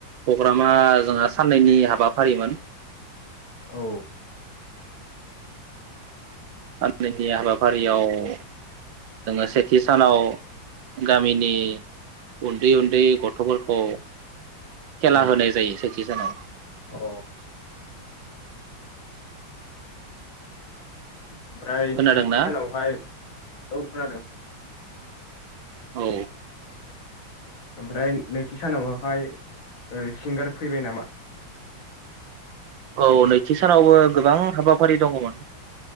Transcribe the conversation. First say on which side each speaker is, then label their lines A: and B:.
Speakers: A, on the right; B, on the left.
A: प्रग्रामा जोंहा साननैनि हाबाफारिमोन
B: औ
A: साननैनि हाबाफारियाव जोङो सेथि सानाव गामिनि उन्दै उन्दै गथ'फोरखौ खेला
B: उम
A: होनाय जायो सेथि सानाव
B: अ ओमफ्राय
A: खोनादोंना
B: नैथि सानावहाय औ खोनादों
A: औ
B: ओमफ्राय नैथि सानावहाय सिंगार फैबाय नामा
A: औ नैथि सानावबो गोबां हाबाफारि दङमोन